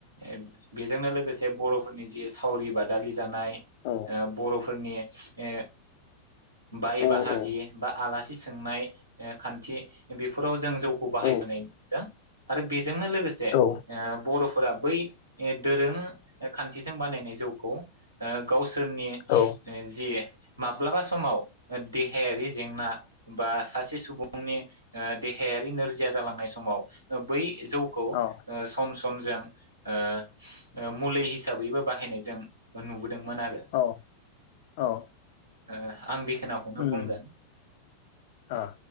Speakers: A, on the right; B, on the left.
A: एब बेजोंनो लोगोसे बर'फोरनि जि सावरि बादालि जानाय ओ
B: औ
A: बर' फोरनि ए बाय
B: औ
A: बाहागि
B: औ
A: बा आलासि सोंनाय ओ खान्थि बेफोराव जों जौखौ बाहायबोनाय
B: औ
A: दों। आरो बेजोंनो लोगो- से ओ
B: औ
A: बर'फोरा बै ए दोरों ए खान्थिजों बानायनाय जौखौ ओ गाव सोरनि
B: औ
A: ओ जि माब्लाबा समाव देहायारि जेंना बा सासे सुबुंनि ओ देहायारि नोरजिया जालांनाय समाव बै जौ <unintelligible> समजों
B: औ
A: ओ मुलि हिसाबैबो बाहायनायजों नुबो दोंमोन आरो
B: औ औ
A: ओ आं बेखिनखौनो
B: उम
A: बुंगोन।
B: ओ